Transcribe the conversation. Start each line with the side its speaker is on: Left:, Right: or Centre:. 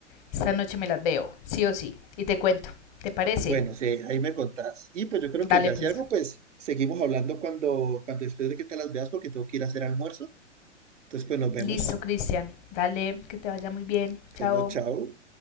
Left: Esta noche me las veo, sí o sí. Y te cuento. ¿Te parece?
Right: Bueno, sí, ahí me contás. Y pues yo creo
Left: Dale
Right: que ya
Left: pues.
Right: si algo, pues seguimos hablando cuando, cuando después de que te las veas, porque tengo que ir a hacer almuerzo. Entonces, pues nos vemos.
Left: Listo, Cristian. Dale, que te vaya muy bien. Chao.
Right: Bueno, chao.